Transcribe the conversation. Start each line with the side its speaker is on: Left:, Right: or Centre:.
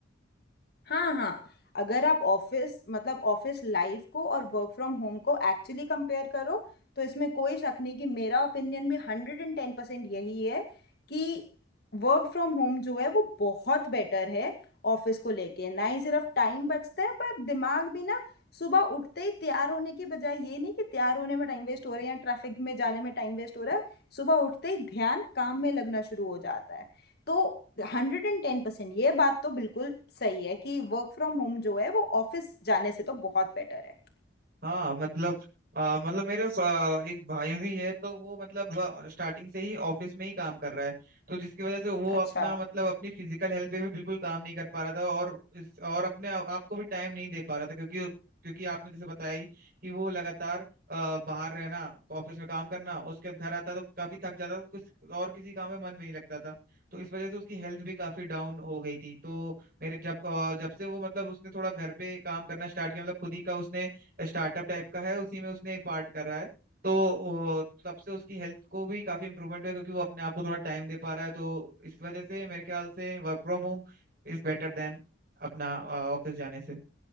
Left: हाँ हाँ अगर आप ऑफिस मतलब ऑफिस लाइफ को और वर्क फ्रॉम होम को एक्चुअली कंपेयर करो तो इसमें कोई शक नहीं कि मेरा ओपिनियन भी हंड्रेड एंड टेन परसेंट यही है कि वर्क फ्रॉम होम जो है वो बहुत बेटर है ऑफिस को लेके ना ही सिर्फ टाइम बचता है पर दिमाग भी ना सुबह उठते ही तैयार होने की बजाय ये नहीं कि तैयार होने में टाइम वेस्ट हो रहा है या ट्रैफिक में जाने में टाइम वेस्ट हो रहा है सुबह उठते ही ध्यान काम में लगना शुरू हो जाता है तो हंड्रेड एंड टेन परसेंट ये बात तो बिल्कुल सही है कि वर्क फ्रॉम होम जो है वो ऑफिस जाने से तो बहुत बेटर है
Right: हाँ मतलब आ, मतलब मेरे आ, एक भाई भी है तो वो मतलब स्टार्टिंग से ही ऑफिस में ही काम कर रहा है तो जिसकी वजह से वो अपना
Left: अच्छा
Right: मतलब अपनी फिजिकल हेल्थ पे भी बिल्कुल काम नहीं कर पा रहा था और इस और अपने आ, आपको भी टाइम नहीं दे पा रहा था क्योंकि क्योंकि आपने जैसे बताया ही कि वो लगातार आ, बाहर रहना ऑफिस में काम करना उसके बाद घर आता तो काफी थक जाता तो कुछ और किसी काम में मन भी नहीं लगता था तो इस वजह से उसकी हेल्थ भी काफी डाउन हो गई थी तो मेरे जब आ, जब से वो मतलब उसने थोड़ा घर पे काम करना स्टार्ट किया मतलब खुद ही का उसने स्टार्टअप टाइप का है उसी में उसने एक पार्ट कर रहा है तो वो- तब से उसकी हेल्थ को भी काफी इम्प्रूवमेंट हुआ है, क्योंकि वो अपने आप को थोड़ा टाइम दे पा रहा है तो इस वजह से मेरे ख्याल से work from home is better than अपना ऑफिस जाने से